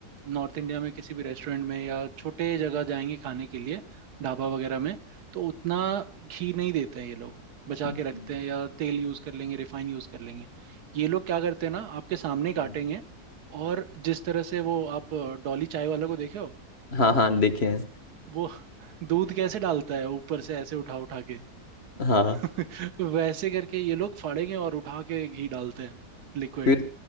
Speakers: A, on the right; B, on the left.
A: नॉर्थ इंडिया में किसी भी रेस्टोरेंट में या छोटे जगह जाएंगे खाने के लिए ढाबा वगैरह में तो उतना घी नहीं देते हैं ये लोग बचा
B: हम्म,
A: के रखते हैं या तेल यूज कर लेंगे रिफाइन यूज कर लेंगे ये लोग क्या करते हैं ना आपके सामने काटेंगे
B: हम्म,
A: और जिस तरह से वो आप अ, डॉली चाय वाला को देखे हो
B: हाँ हाँ देखे हैं
A: वो <laughs> दूध कैसे डालता है ऊपर से ऐसे उठा उठा के
B: हाँ
A: <laughs> तो वैसे करके ये लोग फाड़ेंगे और उठा के घी डालते हैं लिक्विड
B: फिर